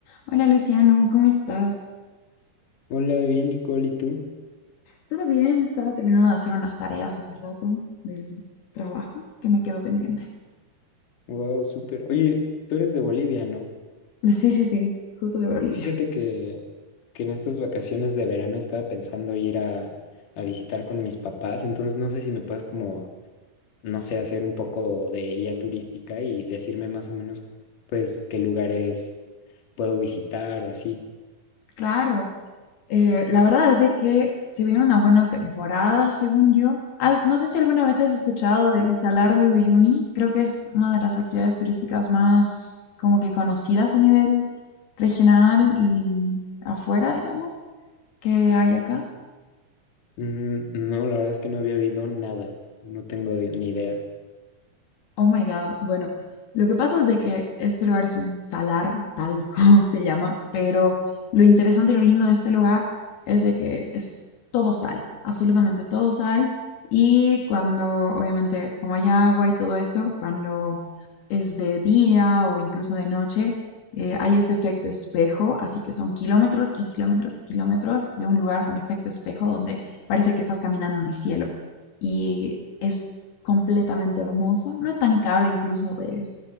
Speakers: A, on the left; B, on the left.
A: Hola Luciano, ¿cómo estás?
B: Hola, bien, Nicole, ¿y tú?
A: Todo bien, estaba terminando de hacer unas tareas hace rato del trabajo que me quedó pendiente.
B: Wow, súper. Oye, tú eres de Bolivia, ¿no?
A: Sí, sí, sí. Justo de Bolivia.
B: Fíjate que, que en estas vacaciones de verano estaba pensando ir a, a visitar con mis papás, entonces no sé si me puedes como, no sé, hacer un poco de guía turística y decirme más o menos, pues, qué lugares puedo visitar o así.
A: Claro. Eh, la verdad es de que se viene una buena temporada, según yo. Has- no sé si alguna vez has escuchado del Salar de Uyuni. Creo que es una de las actividades turísticas más como que conocidas a nivel regional y afuera, digamos, que hay acá.
B: Mm, no, la verdad es que no había oído nada, no tengo ni idea.
A: Oh my God. Bueno, lo que pasa es de que este lugar es un salar, tal <laughs> como se llama, pero lo interesante y lo lindo de este lugar es de que es todo sal, absolutamente todo sal. Y cuando, obviamente, como hay agua y todo eso, cuando es de día o incluso de noche, eh, hay este efecto espejo, así que son kilómetros y kilómetros y kilómetros de un lugar con efecto espejo donde parece que estás caminando en el cielo. Y es completamente hermoso. No es tan caro incluso de,